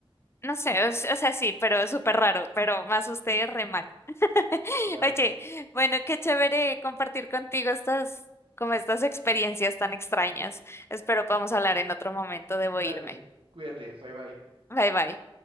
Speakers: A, on the left; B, on the right.
A: No sé, o, s- o sea, sí, pero súper raro, pero me asusté re mal. <laughs>
B: Claro.
A: Oye, bueno, qué chévere compartir contigo estas, como estas experiencias tan extrañas. Espero podamos hablar en otro momento. Debo
B: Dale,
A: irme.
B: cuídate, bye bye.
A: Bye bye.